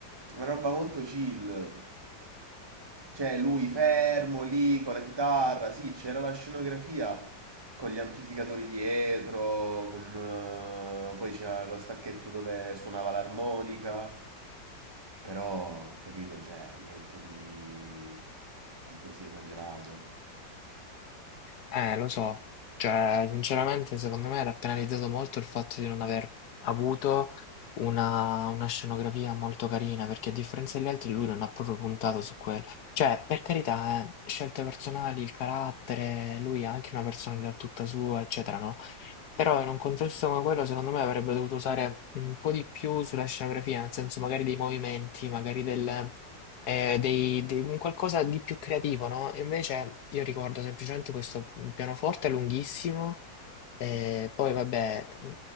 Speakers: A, on the right; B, on the left.
A: una roba molto chill. Cioè, lui fermo lì con la chitarra, sì, c'era la scenografia con gli amplificatori dietro, con, eh, poi c'era lo stacchetto dove suonava l'armonica, però, capito? Cioè, niente di, di così esagerato.
B: Eh, lo so, cioè, sinceramente, secondo me era penalizzato molto il fatto di non aver avuto una, una scenografia molto carina, perché a differenza degli altri lui non ha proprio puntato su quello. Cioè, per carità, eh, scelte personali, il carattere, lui ha anche una personalità tutta sua, eccetera, no? Però in un contesto come quello, secondo me avrebbe dovuto usare un po' di più sulla scenografia, nel senso magari dei movimenti, magari del, eh, dei- dei- un qualcosa di più creativo, no? E Invece io ricordo semplicemente questo pianoforte lunghissimo e poi vabbè, mh,